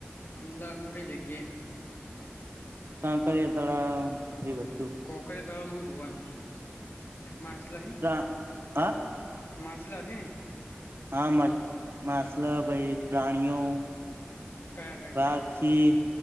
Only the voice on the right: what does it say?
કાંકરિયા તળાવ એ બધું
તા હ
હા માસલ ભાઈ પ્રાણીઓ
બાગક્ષ